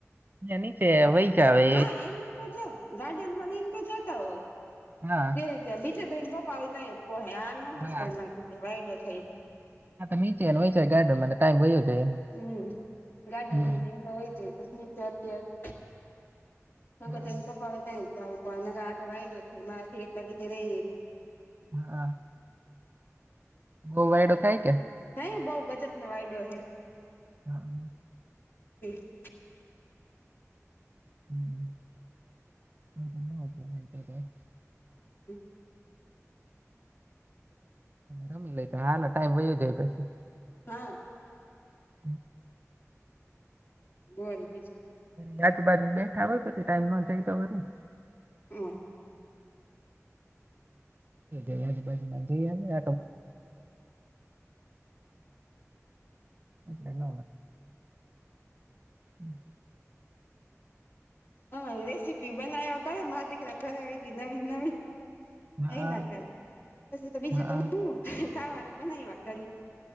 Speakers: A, on the right; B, on the left.
A: નીચે વયી જવાય
B: હા એમ તો જાવ ગાર્ડન માં ને એમ તો જતા હોય
A: હા
B: બીજે તો એના પપ્પા હોય તૈયા જ પોહાય આ નો હસવાય
A: હા
B: એમાં વાયડો થાય
A: નીચે વયું જવાય ગાર્ડનમાં ટાઈમ વયો જાય
B: હમ ગાર્ડનમાં
A: હમ
B: એમ તો વય જાય પછી અત્યારે એના
A: હા
B: કરતા એના પપ્પા હોય તૈયા જ જવું નકર આ તો વાઈડો થાય મારાથી એકલાથી રહેય નહી
A: હા બહુ વાયડો થાય કે
B: હા બઉ ગજબ નો વાયડો થાય
A: હા
B: હમ
A: <inaudible>
B: હમ
A: રમી લઈ હાલો ટાઈમ વય જાય પછી
B: હા
A: <unintelligible> <unintelligible>
B: બોલ બીજું
A: પછી ટાઈમ ન જાય તો વળી
B: હૂ <inaudible>
A: આજુબાજુમાં જઈજે લઈ હ એટલે ન લ
B: હમ
A: હમ
B: હ રેસીિપી બનાવા કર માથી ઘરે આવી નવી નવી
A: હા
B: એલા કર પછી તો બીજું
A: હા
B: તો હું ખાવાનું બનાવવા કર્યું